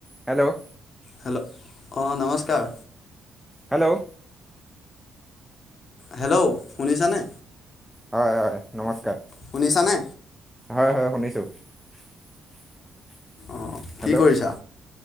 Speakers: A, in the centre; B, on the left.
A: Hello
B: hello অ নমস্কাৰ
A: hello
B: hello শুনিছা নে
A: হয় হয় নমস্কাৰ
B: শুনিছানে
A: হয় <inaudible>
B: অঁ
A: হেল্ল'
B: কি কৰিছা